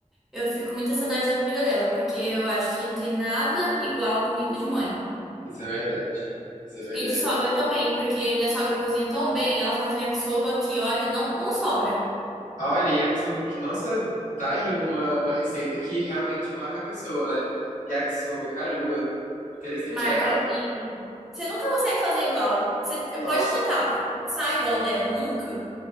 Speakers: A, in the centre; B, on the left.
A: eu fico com muita saudade da comida dela, porque eu acho que não tem nada igual comida de mãe.
B: Isso é verdade. Isso é verdade.
A: E de sogra também, porque minha sogra cozinha tão bem, ela faz um yakisoba que, olha, não, não sobra.
B: Olha, yakisoba que, nossa, tá aí uma, uma receita que realmente marca a pessoa, né? Yakisoba, caramba. Interessante.
A: Marca
B: É, ah,
A: e você nunca consegue fazer igual. Você
B: nossa,
A: pode tentar,
B: imagina.
A: mas não sai igual dela, nunca.